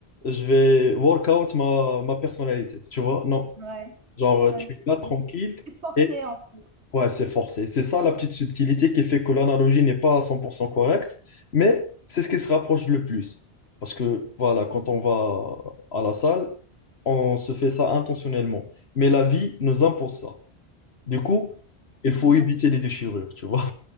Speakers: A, on the left; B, on the right.
A: je vais work out ma, ma personnalité, tu vois? Non.
B: Ouais.
A: Genre
B: Ouais,
A: tu es là tranquille
B: c'est forcé
A: et
B: en fait.
A: ouais, c'est forcé. C'est ça la petite subtilité qui fait que l'analogie n'est pas à 100% correcte, mais c'est ce qui se rapproche le plus. Parce que voilà, quand on va à la salle, on se fait ça intentionnellement. Mais la vie nous impose ça. Du coup, il
B: Ouais.
A: faut éviter les déchirures, tu vois.